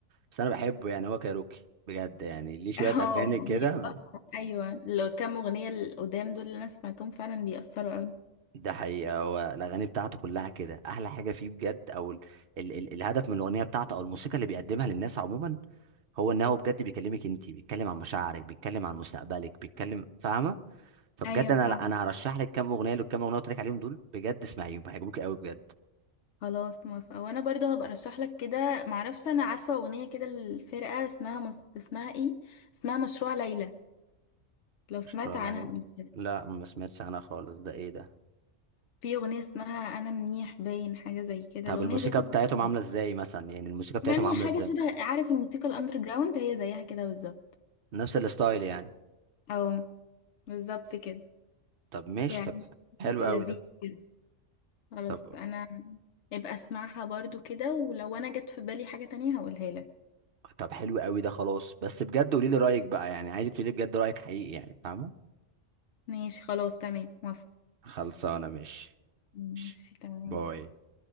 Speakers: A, on the right; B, on the left.
A: بس انا بحبه يعني هو كايروكي بجد يعني ليه شويه
B: <laughs> اه
A: اغاني كده
B: بيأثر ايوه لو كام اغنية القدام دول اللي انا سمعتهم فعلا بيأثروا قوي
A: ده حقيقة هو الأغاني بتاعته كلها كده أحلى حاجة فيه بجد أو ال ال ال الهدف من الأغنية بتاعته أو الموسيقى اللي بيقدمها للناس عموما هو إن هو بجد بيكلمك أنت بيتكلم عن مشاعرك بيتكلم عن مستقبلك بيتكلم فاهمة فبجد
B: ايوه
A: أنا
B: فاهمة
A: لا أنا هرشح لك كام أغنية للكام أغنية اللي قلت لك عليهم دول بجد اسمعيهم هيعجبوك قوي بجد
B: خلاص موافقة وانا برضو هبقى ارشح لك كده معرفش انا عارفة اغنية كده الفرقة اسمها مس... اسمها ايه اسمها مشروع ليلى لو سمعت
A: قشطة،
B: عنها
A: لا يلا.
B: قبل كده
A: لا ما سمعتش عنها خالص ده إيه ده
B: في أغنية اسمها أنا منيح باين حاجة زي كده
A: طب
B: الأغنية
A: الموسيقى
B: ديت أنا
A: بتاعتهم عاملة
B: بحبها.
A: إزاي مثلا يعني الموسيقى بتاعتهم
B: يعني
A: عاملة
B: حاجة
A: إزاي
B: شبه عارف الموسيقى الأندر جراوند هي زيها كده بالظبط
A: نفس الستايل يعني
B: أو بالظبط كده
A: طب ماشي
B: يعني
A: طب حلو
B: في اللذيذ
A: قوي ده
B: كده خلاص
A: طب
B: أنا يبقى أسمعها برضو كده ولو أنا جت في بالي حاجة تانية هقولها لك
A: طب حلو قوي ده خلاص بس بجد قولي لي رايك بقى يعني عايزك تقولي بجد رايك حقيقي يعني فاهمه
B: ماشي خلاص تمام موافقة
A: خلصانه ماشي
B: ماشي
A: ماشي.
B: تمام
A: باي